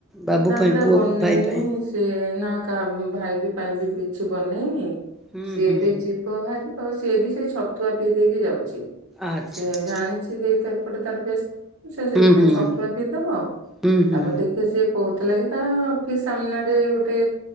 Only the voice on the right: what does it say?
ନା
ପୁରା
ବନେଇ
ନିି।
ସେ ନା କାହା ଭାଇ ବି ପାଇଁ ବି କିଛି ବନେଇନି
ସିଏ
ଏବେ ଯ ବାହାରି ତ ସିଏ ବି ସେଇ ଛତୁଆ ପିଇ ଦେଇକି ଯାଉଛି,
ସିଏ
ଜାଣିଛି ଦେଇ ଏପଟେ ତାର ବସ୍ତ ସେ ସେଥିପାଇଁ
ଛତୁଆ ପିଇଦବ
ତାପରେ
ସିଏ କହୁଥିଲା କି ତା ଅଫିସ ସାମନାରେ ଗୋଟେ